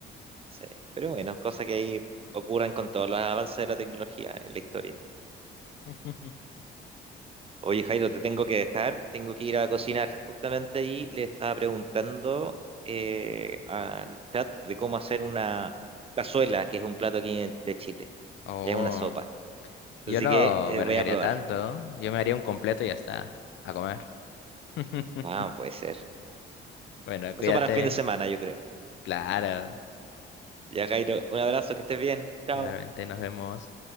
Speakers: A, on the right; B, on the left.
A: Sí, pero bueno, cosas que ahí ocurren con todos los avances de la tecnología en la historia.
B: <laughs>
A: Oye, Jairo, te tengo que dejar, tengo que ir a cocinar. Justamente ahí le estaba preguntando eh, al chat de cómo hacer una cazuela, que es un plato aquí en- de Chile.
B: Oh,
A: Es una sopa.
B: yo
A: Así
B: no
A: que eh,
B: me arriesgaría
A: voy a probar.
B: tanto. Yo me haría un completo y ya está. A comer. <laughs>
A: Ah, puede ser.
B: Bueno, cuídate.
A: Eso para el fin de semana, yo creo.
B: Claro.
A: Ya, Jairo, un abrazo, que estés bien. Chao.
B: Igualmente nos vemos.